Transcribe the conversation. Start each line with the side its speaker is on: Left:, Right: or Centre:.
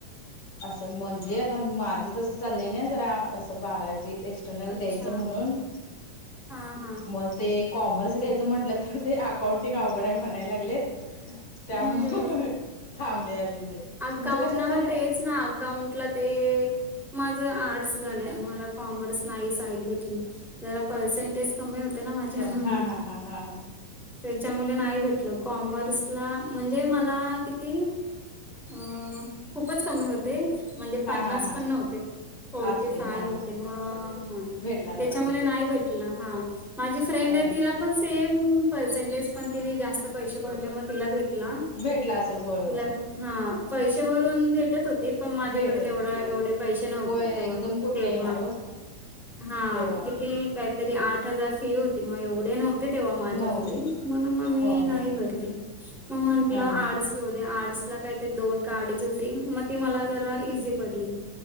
Left: असं म्हणजे आता माझ तसं चाललंय ना जरा असं बारा वीस एक् टनल
Centre: अच्छा
Left: द्यायच म्हणून
Centre: हा हा
Left: मग ते कॉमर्स घ्यायचं म्हटलं तर ते अकाउंटिंग अवघड आहे म्हणायला लागलेत त्यामु
Centre: हम्म
Left: थांबले अजून ते
Centre: अकाउंट
Left: तुमचं कशात झालंय
Centre: ह तेच ना अकाउंटला ते माझ आर्टस झाल्या मला कॉमर्स नाही साईड घेतली जरा पर्सेंटेज कमी होते ना माझ्या
Left: हा
Centre: म्हणून
Left: हा हा हा
Centre: त्याच्यामुळे नाही भेटलं कॉमर्सला म्हणजे मला किती अं खूपच कमी होते म्हणजे
Left: हा
Centre: पन्नास
Left: हा हा हा
Centre: पण नव्हते फोर्टी
Left: असतील
Centre: फाय
Left: हा
Centre: होते
Left: हा
Centre: मग
Left: भेटला
Centre: त्याच्यामुळे
Left: नसेल ते
Centre: नाही भेट ह माझी फ्रेंड
Left: ह
Centre: आहे तिला पण सेम पर्सेंटेज पण तिने जास्त पैसे भरले मग तिला भेटला
Left: भेटला असेल होय
Centre: तिला
Left: होय
Centre: हा पैसे भरून भेटत होते ते पण माझ्याकडे
Left: भेटत
Centre: तेवढा एवढे पैसे नव्हते
Left: होय
Centre: तेव्हा
Left: एकदम कुठन
Centre: तेव्हा
Left: येणार हो
Centre: हा
Left: ते हो
Centre: किती
Left: ते
Centre: काहीतरी आठ हजार फी होती ते मग एवढे नव्हते तेव्हा माझ्याकडे
Left: नव्हते
Centre: म्हण मग मी
Left: हो
Centre: नाही
Left: ह
Centre: भरली ममंटलं
Left: हा
Centre: आडच
Left: हा
Centre: तेवद्या आर्डस ला काही ते दोन का्डीच होती मग ती मला जरा इझी पडली